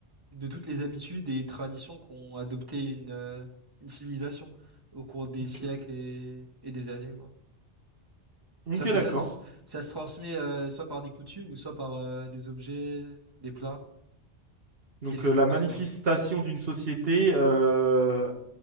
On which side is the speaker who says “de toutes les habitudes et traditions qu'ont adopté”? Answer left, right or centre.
Right